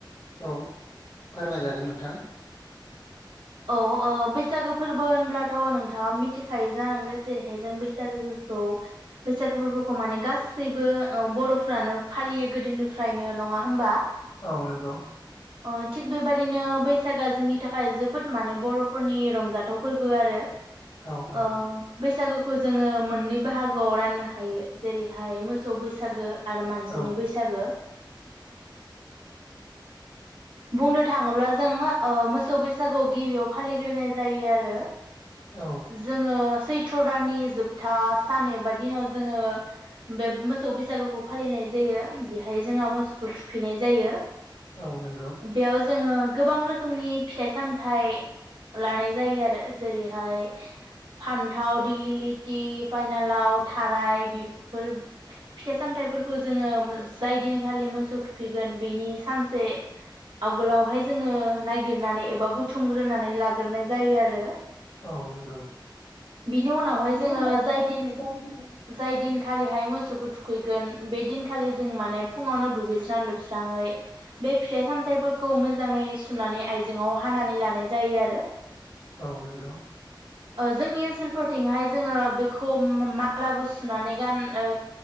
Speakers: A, on the left; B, on the right.
A: औ फोरमायजागोन नोंथां।
B: औ ओ बैसागो फोरबो होनब्लाथ' नोंथाङा मिथिखायो जानांगोन जेरैहाय जों बैसागोखौ बैसागो फोरबोखौ माने गासैबो बर'फ्रानो फालियो गोदोनिफ्रायनो नङा होमबा?
A: औ नंगौ।
B: अ थिग बेबादिनो बैसाग जोंनि थाखाय जोबोद माने बर'फोरनि रंजाथाव फोरबो आरो।
A: औ औ
B: अ बैसागु खौ जोङो मोननै बाहागोआव राननो हायो जेरैहाय मोसौ बैसागो आरो मानसिनि
A: औ
B: बैसागो। बुंनो थाङोब्ला जोङो ओ मोसौ बैसागु गिबियाव फालिग्रोनाय जायो आरो।
A: औ
B: जोङो सैथ्र' दाननि जोबथा सान एबा दिनाव जोङो बे मोसौ बैसागोखौ फालिनाय जायो बेहाय जोंहा मोसौखौ थुखैनाय जायो।
A: औ नंगौ
B: बेयाव जोङो गोबां रो रोखोमनि फिथाइ सामथाइ लानाय जायो आरो जेरैहाय फान्थाव दिग्लिलिथि पायनालाव थाराय बेफोर फिथाइ सामथाइफोरखौ जोङो जाय दिनखालि मोसौ थुखैगोन बेनि सानसे आगोलावहाय जोङो नायागिरनानै एबा बुथुमग्रोनानै लाग्रोनाय जायो आरो।
A: औ नंगौ
B: बिनि उनावहाय जोङो
A: उनावहाय
B: जाय
A: जों
B: दिन
A: जाय बिजनेस
B: जाय दिनखालिहाय मोसौखौ थुखैगोन बे दिनखालि जों माने फुङावनो दुगैसां लोबस्राङै बे फिथाइ सामथफोरखौ मोजाङै सु सुनानै आइजेंआव हानानै लानाय जायो आरो।
A: औ नंगौ।
B: ओ जोंनि ओनसोलफोरथिंहाय जोङो बेखौ मालाबो सुनानै गान ओ